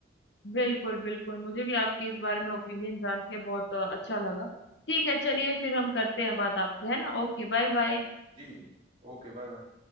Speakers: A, on the left (about 70°); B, on the right (about 30°).
A: बिल्कुल बिल्कुल मुझे भी आपके इस बारे में ओपिनियन जान के बहुत अ, अच्छा लगा ठीक है चलिए फिर हम करते हैं बात आपसे है ना Okay bye bye
B: जी जी ओके बाय बाय